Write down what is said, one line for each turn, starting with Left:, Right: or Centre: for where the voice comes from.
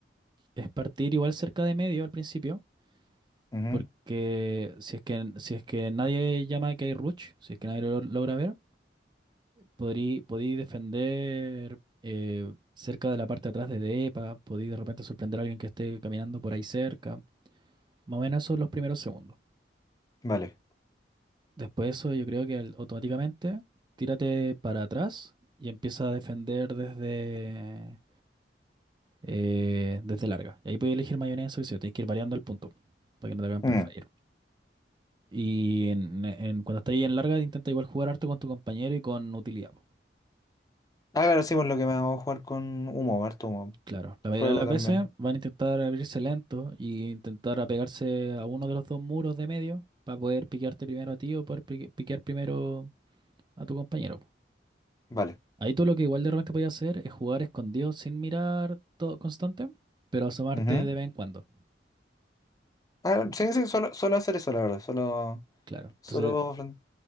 Right: es partir igual cerca de medio al principio,
Left: Ujú,
Right: porque si es que, si es que nadie llama que hay rush, si es que nadie lo logra ver, podrí- podí defender eh, cerca de la parte de atrás de DEPA, podí de repente sorprender a alguien que esté caminando por ahí cerca. Más o menos esos son los primeros segundos.
Left: Vale.
Right: Después de eso yo creo que al- automáticamente tírate para atrás y empieza a defender desde, eh, desde larga. Y ahí puedes elegir mayonesa y queso, tienes que ir variando al punto para que no te hagan preferir.
Left: Mm.
Right: Y en, en- cuando estás ahí en larga, intenta igual jugar harto con tu compañero y con utilidad. po.
Left: Ah, claro, sí, por lo que me hago jugar con humo, harto humo.
Right: Claro, la mayoría
Left: Fuego
Right: de las
Left: también.
Right: veces van a intentar abrirse lento y intentar apegarse a uno de los dos muros de medio para poder piquearte primero a ti o poder pi- piquear primero a tu compañero. po.
Left: Vale.
Right: Ahí tú lo que igual de repente podías hacer es jugar escondido sin mirar todo constante, pero asomarte
Left: Ujú.
Right: de vez en cuando.
Left: Ah, sí, sí, solo, solo hacer eso, la verdad. Solo,
Right: Claro.
Left: solo
Right: Entonces
Left: plan-